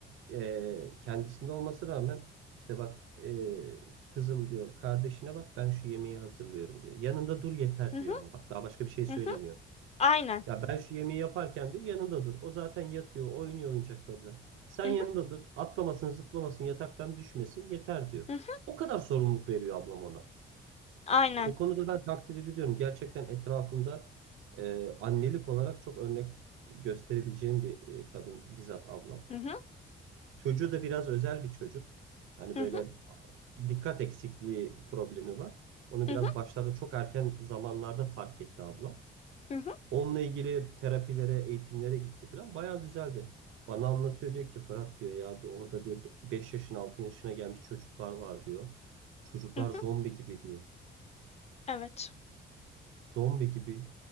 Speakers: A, on the right (about 85°); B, on the left (about 30°).
A: e, kendisinde olması rağmen işte bak e, kızım diyor kardeşine bak ben şu yemeği hazırlıyorum diyor. Yanında dur yeter
B: hı hı,
A: diyor ama bak daha başka bir şey söylemiyor.
B: hı hı. Aynen.
A: Ya ben şu yemeği yaparken diyor yanında dur. O zaten yatıyor oynuyor oyuncaklarıyla. Sen
B: Hı
A: yanında
B: hı,
A: dur atlamasın zıplamasın yataktan düşmesin yeter diyor.
B: hı hı,
A: O kadar sorumluluk veriyor ablam ona.
B: aynen.
A: O konuda ben takdir ediyorum. Gerçekten etrafımda e, annelik olarak çok örnek gösterebileceğim bir e, kadın bizzat ablam.
B: Hı hı,
A: Çocuğu da biraz özel bir çocuk. Hani
B: hı
A: böyle
B: hı,
A: dikkat eksikliği problemi var. Onu
B: hı
A: biraz
B: hı,
A: başlarda çok erken zamanlarda fark etti ablam.
B: hı hı,
A: Onunla ilgili terapilere, eğitimlere gitti falan. Bayağı düzeldi. Bana anlatıyor diyor ki Fırat diyor ya diyor orada diyor 5 yaşın 6 yaşına gelmiş çocuklar var diyor. Çocuklar
B: hı hı.
A: zombi gibi diyor.
B: Evet.
A: Zombi gibi